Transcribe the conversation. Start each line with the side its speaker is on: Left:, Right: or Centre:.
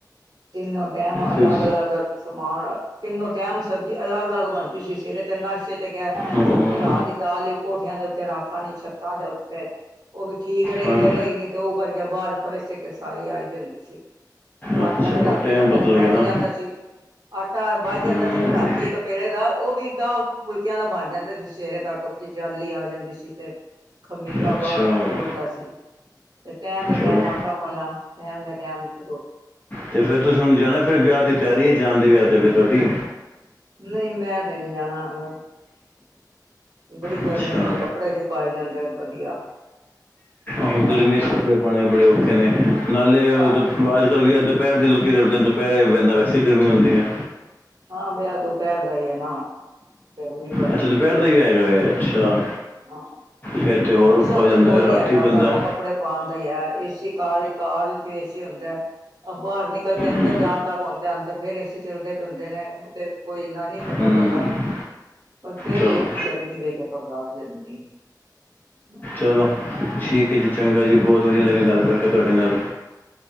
Right: ਤਿੰਨੋ ਟਾਈਮ ਅਲੱਗ
Left: ਫਿਰ
Right: ਅਲੱਗ ਸਮਾਨ ਤਿੰਨੋ ਟਾਈਮ ਸਬਜ਼ੀ ਅਲੱਗ ਅਲੱਗ ਬਣਦੀ ਸੀ ਸਿਰੇ ਤੇ ਨਾਸੇ ਤੇ ਕੈਪ
Left: ਹਮ,
Right: ਤੇ ਰਾਹ ਦੀ ਦਾਲ ਹੀ ਕੋਠੀਆਂ ਦੇ ਉੱਤੇ ਰਾਖਾਣੀ ਛੱਤਾਂ ਦੇ ਉੱਤੇ ਉਹ ਵੀ ਠੀਕ ਰਹੀ
Left: ਹਾਂ
Right: ਤੇ ਰਹੀ ਨ ਤੇ ਉਭਰ ਕੇ ਬਾਹਰ ਫਰਸ਼ ਕੇ ਸਾਰੀ ਆਈ ਵੀ ਹੁੰਦੀ ਸੀ।
Left: ਅੱਛਾ
Right: ਤਾਂ ਵੀ ਰਾਤੀ
Left: ਉਹ ਟਾਈਮ
Right: ਤੱਕ
Left: ਬਦਲ
Right: ਅਜ ਬਚ
Left: ਗਿਆ ਨਾ
Right: ਜਾਂਦਾ ਸੀ। ਆਟਾ ਵੱਚ ਜਾਂਦਾ
Left: ਹਮ,
Right: ਸੀ ਨਾ ਰਾਤੀ ਇੱਕ ਪੇੜੇ ਦਾ ਓ ਵੀ ਦਾ ਫੁਲਕਿਆਂ ਦਾ ਬਣ ਜਾਂਦਾ ਸੀ ਸਵੇਰੇ ਤੱਕ ਵੀ। ਜਾਲੀ ਆ ਜਾਂਦੀ ਸੀ ਤੇ ਖਮੀਰਾ
Left: ਅੱਛਾ
Right: ਬਾਰ ਤੱਕ ਰੁੜਦਾ ਸੀ। ਤੇ ਟੈਮ ਦੇ
Left: ਚਲੋ
Right: ਟੈਮ ਆਟਾ ਮਲਣਾ -ਟੈਮ ਦੇ ਟੈਮ ਰੋ
Left: ਤੇ ਫੇਰ ਤੁਸੀਂ ਹੁਣ ਜਾਣਾ ਫੇਰ ਵਿਆਹ ਦੀ ਤਿਆਰੀ ਜਾਣ ਦੇ ਵਿਆਹ ਤੇ ਫੇਰ ਤੁਆਡੀ
Right: ਨਹੀਂ ਮੈਂ ਤੇ ਨਈ ਜਾਣਾ ਵ- ਬੜੀ
Left: ਅੱਛਾ
Right: ਗਰਮੀ ਏ ਕੱਪੜੇ ਨੀ ਪਾਏ ਜਾਂਦੇ ਵਧੀਆ।
Left: ਹ ਗਰਮੀ
Right: ਆਹ
Left: 'ਚ ਕੱਪੜੇ ਪਾਣੇ ਬੜੇ ਔਖੇ ਨੇ ਨਾਲੇ
Right: ਘਰ
Left: ਅੱਜ
Right: ਦੇ ਹਨ
Left: ਕੱਲ੍ਹ ਵੀ ਅੱਜ- ਪੈਰ ਦੀ ਲੋਕੀ ਕਰਦੇ ਦਪੈਰੇ ਬੰਦਾ ਵੈਸੇ ਈ ਗਰਮੀ ਹੁੰਦੀ ਐ।
Right: ਹਾਂ ਵਿਆਹ ਦੁਪਿਹਰ ਦਾ ਈ ਏ ਨਾ ਗਰਮੀ- ਬੜੀ
Left: ਅੱਛਾ
Right: ਹੁੰਦੀ
Left: ਦੁਪਿਹਰ ਦਾ
Right: ਹੈ
Left: ਈ ਵਿਆਹ ਹੈਗਾ ਵੇ ਅੱਛਾ
Right: ਹਾਂ
Left: ਫੇਰ ਤਾਂ ਹੋਰ
Right: ਉਸ
Left: ਔਖਾ ਹੋ ਜਾਂਦਾ
Right: ਤੇ ਕੋਈ ਨੀ
Left: ਰਾਤੀ
Right: ਹੈਗਾ
Left: ਬੰਦਾ-
Right: ਘਰੋਂ ਕੱਪੜੇ ਪਾਣ ਦਾ ਈ ਐ। ਏਸੀ ਕਾਰ ਵੀ ਕਾਰ ਵਿੱਚ ਏਸੀ ਹੁੰਦਾ। ਬਾਰ ਨਿਕਲ ਕੇ
Left: ਹੂੰ,
Right: ਅੰਦਰ ਜਾਣ ਤੱਕ ਹੋਂਦਾ ਅੰਦਰ ਫੇਰ ਏ ਸੀ ਚੱਲਦੇ ਪੇ ਹੁੰਦੇ ਨੇ। ਤੇ ਕੋਈ ਏਨਾ ਨੀ ਪਤਾ
Left: ਹੂੰ,
Right: ਲੱਗਦਾ। ਪਰ ਫੇਰ
Left: ਚਲੋ
Right: ਵੀ ਗਰਮੀ ਵੇਖ ਕੇ ਘਬਰਾਟ ਜੀ ਹੁੰਦੀ ਏ। <inaudible>
Left: ਚਲੋ ਠੀਕ ਏ ਜੀ ਚੰਗਾ ਜੀ ਬਹੁਤ ਵਧੀਆ ਲੱਗਿਆ ਗੱਲ ਕਰਕੇ ਤੁਆਡੇ ਨਾਲ